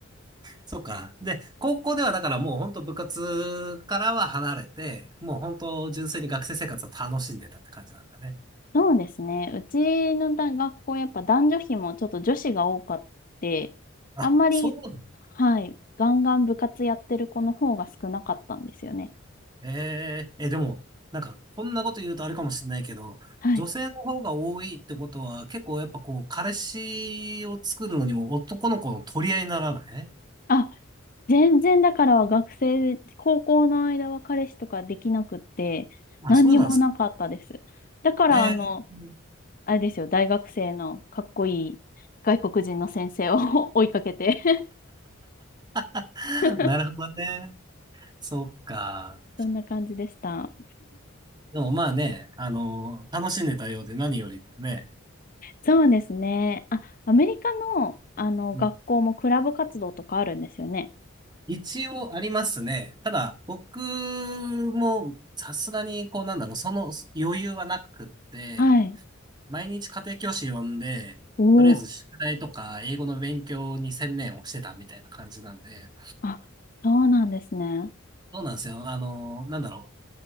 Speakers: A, on the right; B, on the left.
A: そっか。で、高校ではだからもう本当部活からは離れて、もう本当純粋に学生生活を楽しんでたって感じなんだね。
B: そうですね。うちの大学校、やっぱ男女比もちょっと女子が多かって、
A: あ、
B: あんまり、
A: そうだね。
B: はい、ガンガン部活やってる子の方が少なかったんですよね。
A: えー、え、でも、なんかこんなこと言うとあれかもしれないけど、
B: はい
A: 女性の方が多いってことは結構やっぱこう、彼氏を作るのにも男の子の取り合いにならない
B: あ、全然だから学生、高校の間は彼氏とかできなくって、
A: あ、
B: 何にもなかったです。
A: そうなんですか。
B: だからあの、
A: えー
B: あれですよ、大学生のかっこいい外国人の先生を <laughs> 追いかけて
A: <laughs>、
B: <laughs>
A: なるほどね。そっか。
B: そんな感じでした。
A: でもまあね、あの、楽しんでたようで何よりだよね。
B: そうですね。あ、アメリカの、あの学校もクラブ活動とかあるんですよね。
A: うん一応ありますね。ただ、僕もさすがに、こうなんだろう、その余裕はなくって、
B: はい。
A: 毎日家庭教師呼んで、
B: おお。
A: とりあえず宿題とか英語の勉強に専念をしてたみたいな感じなんで、
B: あ、そうなんですね。
A: そうなんですよ。あの、なんだろう。